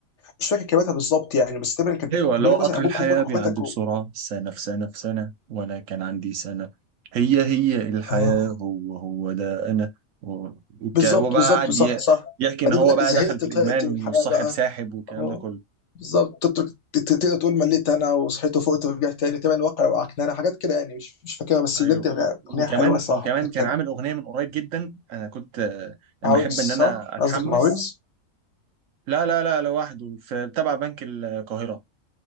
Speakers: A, on the left; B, on the right.
A: مش فاكر كلماتها بالظبط يعني بس تقريبا كان كان
B: ايوه اللي
A: بيقول
B: هو
A: لك
B: قطر
A: مثلا ابوك
B: الحياة
A: وامك
B: بيعدي
A: واخواتك
B: بسرعة
A: و...
B: سنة في سنة في سنة وانا كان عندي سنة هي هي الحياة
A: آه.
B: هو هو ده انا و- وك-
A: بالظبط
B: هو بقى
A: بالظبط
B: قاعد
A: صح
B: ي-
A: صح
B: يحكي ان
A: بعدين
B: هو
A: بيقول لك
B: بقى
A: زهقت
B: دخل في
A: طهقت
B: الادمان
A: من
B: والصاحب
A: الحياه بقى
B: ساحب والكلام
A: اه
B: ده كله
A: بالظبط تترك- ت- ت- تقدر تقول مليت انا وصحيت وفقت ورجعت تاني تبع الواقع وعكنانه حاجات كده يعني مش مش فاكرها بس
B: ايوه
A: بجد اغنيه
B: و- وكمان
A: أغنية حلوه صح
B: وكمان
A: كانت
B: كان
A: كانت
B: عامل اغنية من قريب جدا انا كنت آه، اما
A: مع ويجز
B: احب
A: صح
B: ان انا اتحمس
A: قصدك مع ويجز
B: لا لا لا لوحده في تبع بنك القاهرة